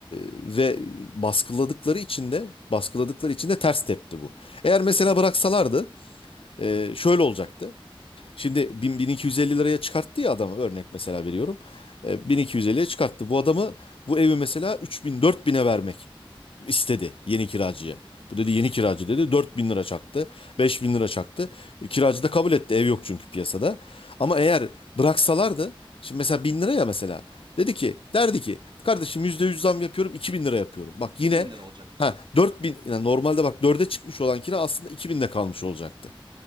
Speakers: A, on the left; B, on the right.
A: ve baskıladıkları için de baskıladıkları için de ters tepti bu. Eğer mesela bıraksalardı e, şöyle olacaktı. Şimdi 1000 1250 liraya çıkarttı ya adamı örnek mesela veriyorum. E, 1250'ye çıkarttı. Bu adamı bu evi mesela 3000 4000'e vermek istedi yeni kiracıya. Bu dedi yeni kiracı dedi 4000 lira çaktı, 5000 lira çaktı. E, Kiracı da kabul etti. Ev yok çünkü piyasada. Ama eğer
B: Evet.
A: bıraksalardı şimdi mesela 1000 lira ya mesela dedi ki derdi ki kardeşim %100 zam yapıyorum 2000 lira yapıyorum. Bak yine
B: 2000 lira olacaktı.
A: ha 4000 yani normalde bak dörde çıkmış olan kira aslında 2000'de kalmış olacaktı.